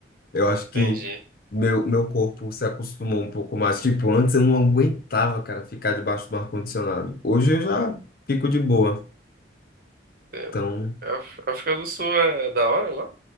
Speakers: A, on the left; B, on the right.
A: Eu acho que
B: entendi,
A: meu, meu corpo se acostumou um pouco mais. Tipo, antes eu não aguentava, cara, ficar debaixo do ar-condicionado. Hoje eu já fico de boa.
B: entendo.
A: Então,
B: A África do Sul é da hora lá?